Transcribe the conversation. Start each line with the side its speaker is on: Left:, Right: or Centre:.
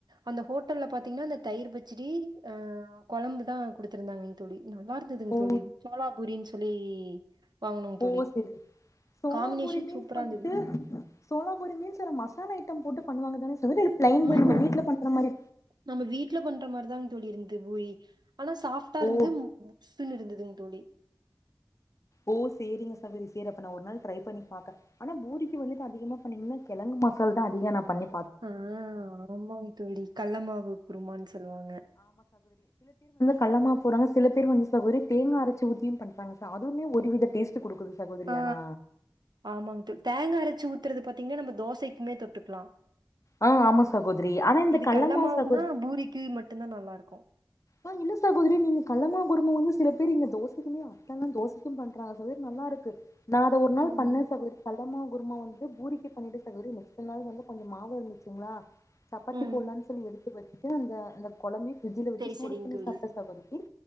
Right: அந்த ஹோட்டல்ல பாத்தீங்கனா அந்த தயிர் பச்சடி கொழம்பு தான் கொடுத்துருந்தாங்க தோழி நல்லா இருந்ததுங்க
Left: ஓ
Right: தோழி சோளா பூரினு சொல்லி வாங்குனோங்க
Left: ஓ
Right: தோழி.
Left: சரி சோலாபூரி
Right: காம்பினேஷன்
Left: மீன்ஸ்
Right: சூப்பரா
Left: வந்துட்டு
Right: இருந்தது.
Left: சோலாபூரி மீன்ஸ் ச மசாலா ஐட்டம் போட்டு பண்ணுவாங்க தானே சகோதரி இல்ல பிளைன்
Right: உம்
Left: போய் நம்ம
Right: ஹும்
Left: வீட்ல பண்ற மாரி
Right: நம்ம வீட்ல பண்ற மாரிதான் <unintelligible> ஆனா சாஃப்ட்டா இருந்தது
Left: ஓ
Right: புஸ்னுஇருந்ததுங்க துடி
Left: ஓ செரிங்க சவரி செரி அப்ப நான் ஒரு நாள் ட்ரை பண்ணி பான் ஆனா பூரிக்கு வந்துட்டு அதிகமா பண்ணீங்கன்னா கிழுங்குமசால் தான் அதிக நான் பண்ணே
Right: ஆஹ் ஆமா தோழி கள்ளமாவு குருமான்னு சொல்லுவாங்க
Left: கள்ளாம போறாங்க சில பேர் வந்து தோழி ஒரு தேங்க அரைச்சி ஊத்தியும் பண்றாங்க இதுவுமே ஒருவித டேஸ்ட் குடுக்குது சகோதரி
Right: ஆ
Left: ஆனா
Right: ஆமாங்க தோழி தேங்க அரைச்சு ஊத்துறது பாத்தீங்கன்னா நம்ம தோசைக்குமே தொட்டுக்கலா
Left: ஆ ஆமா சகோதரி ஆனா இந்த
Right: இது
Left: கல்லமாவு
Right: கள்ள மாவுன்னா
Left: சகோதரி
Right: பூரிக்கு மட்டுதா நல்லா இருக்கூ <inaudible>
Left: ஆ இல்ல சகோதரி நீங்க கள்ளமாவு குருமா வந்து சில பேர் இங்க தோசைக்குமே அத்தல்லாம் தோசைக்கும் பண்றாங்க சோதரி நல்லா இருக்கு நான் அத ஒரு நாள்
Right: ம்
Left: பண்ணே சகோ அமா குருமா வந்துட்டு பூரிக்க பண்ணிட்டு செல் நெக்ஸ்ட் நாள் வந்து கொஞ்சோ மாவு இருந்துச்சுங்களா சப்பாத்தி
Right: ம்
Left: போடலாம்னு சொல்லி எடுத்து வச்சு வந்த அந்த கொழம்பே ஃபிரிஜில வச்சு
Right: சரி
Left: குடுக்க
Right: சரிங்க தோழி
Left: <unintelligible>